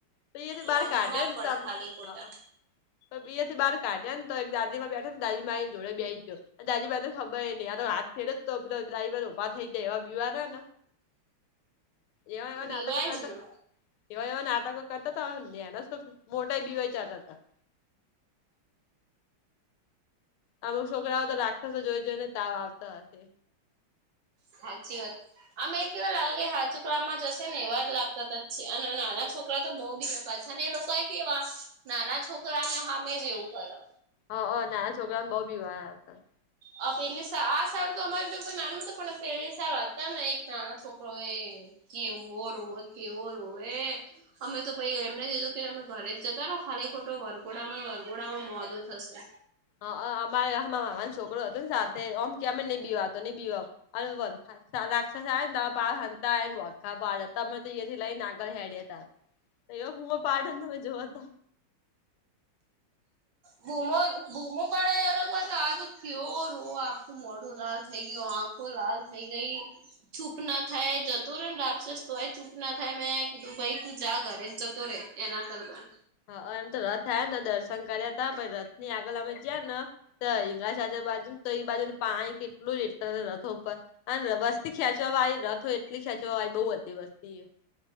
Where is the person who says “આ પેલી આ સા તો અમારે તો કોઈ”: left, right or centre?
Right